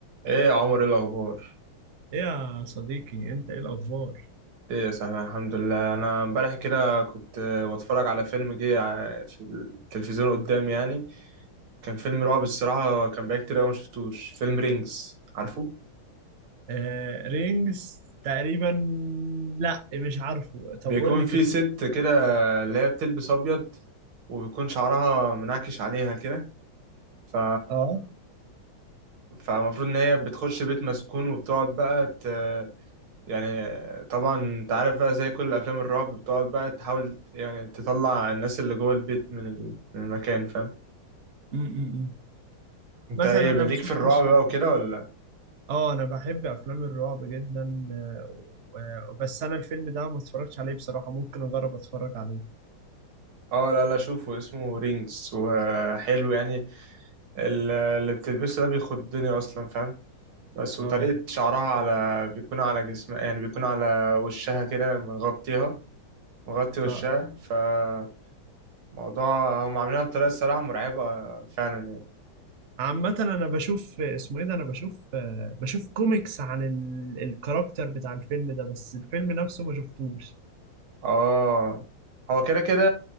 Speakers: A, on the right (about 80°); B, on the right (about 45°).
A: ايه يا عمر ايه الاخبار
B: إيه يا صديقي انت ايه الاخبار
A: ايه يا سهلا الحمد لله انا امبارح كده كنت آه، بتفرج على فيلم جه ع- في التلفزيون قدامي يعني كان فيلم رعب الصراحه كان بقى كتير قوي ما شفتوش فيلم رينجز عارفه
B: آه رينجز تقريبا لا مش عارفه طب
A: بيكون
B: قول لي
A: في
B: قصته
A: ست كده اللي هي بتلبس ابيض وبيكون شعرها منعكش عليها كده ف
B: اه
A: فالمفروض ان هي بتخش بيت مسكون وبتقعد بقى ت... يعني طبعا انت عارف بقى زي كل افلام الرعب بتقعد بقى تحاول يعني تطلع الناس اللي جوه البيت من ال- من المكان فاهم
B: م- م- م.
A: انت
B: مثلا
A: ايه ليك
B: انا ما شفتش
A: في الرعب بقى
B: ال-
A: وكده ولا
B: اه انا بحب افلام الرعب جدا آه، و- بس انا الفيلم ده ما اتفرجتش عليه بصراحة ممكن اجرب اتفرج عليه
A: اه لا لا شوفه اسمه رينجز وحلو يعني ال- اللي بتلبسه ده بيخضني اصلا فاهم بس وطريقة
B: اه
A: شعرها على بيكون على جسمها يعني بيكون على وشها كده مغطيها مغطي وشها
B: اه آه.
A: فموضوع هم عاملينها بطريقة الصراحة مرعبة فعلا يعني
B: عامة انا بشوف اسمه ايه ده انا بشوف آه، بشوف كوميكس عن ال- الكاركتر بتاع الفيلم ده بس الفيلم نفسه ما شفتوش
A: اه هو كده كده